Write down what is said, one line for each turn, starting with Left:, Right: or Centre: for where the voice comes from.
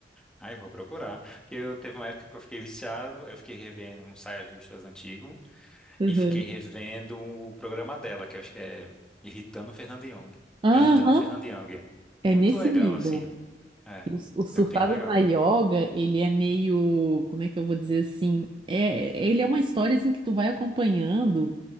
Centre: Ai, vou procurar. Porque eu teve uma época que eu fiquei viciado, aí eu fiquei revendo um Saia Justas antigo
Right: Uhum.
Centre: e fiquei revendo um- o programa dela, que eu acho que é Irritando Fernando Young.
Right: Aham,
Centre: Irritando Fernando Young. Muito
Right: é nesse
Centre: legal,
Right: nível.
Centre: assim. É.
Right: Os, os Surtadas
Centre: É bem legal.
Right: na Yoga, ele é meio, como é que eu vou dizer assim? É, ele é uma história assim que tu vai acompanhando.